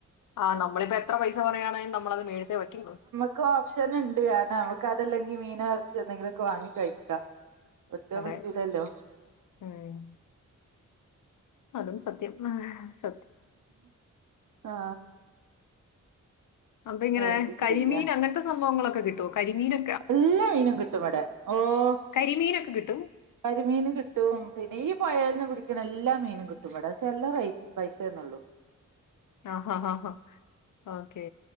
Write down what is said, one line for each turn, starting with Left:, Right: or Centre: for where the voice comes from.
Left: ആഹ് നമ്മളിപ്പോ എത്ര പൈസ പറയാണെലും നമ്മളത് മേടിച്ചേ പറ്റുള്ളൂ.
Right: ക്ക് ഓപ്ഷനിണ്ട് കാരണം നമക്ക് അതല്ലെങ്കി മീനോ എർച്ചിയോ എന്തെങ്കിലൊക്കെ വാങ്ങി കഴിക്കാ. ഓര്ക്ക
Left: അതെ
Right: പറ്റൂലല്ലോ.
Left: ഉം അതും സത്യം. സ
Right: ആഹ്
Left: അപ്പങ്ങിനെ
Right: എന്ത്
Left: കരിമീൻ
Right: ചെയ്യാ
Left: അങ്ങൻത്തെ സംഭവങ്ങളൊക്കെ കിട്ടോ? കരിമീനെ
Right: എല്ലാ മീനും കിട്ടും വടെ. ഓഹ്
Left: കരിമീനൊക്കെ കിട്ടും
Right: കരിമീന് കി ട്ടും പിന്നെ ഈ പുഴേൽന്ന് പിടിക്ക്ണ എല്ലാ മീനും കിട്ടും വടെ. പക്ഷെ നല്ല റെയ് പൈസേന്നൊള്ളൂ.
Left: ആഹ് ഹാ ഹാ ഓക്കെ.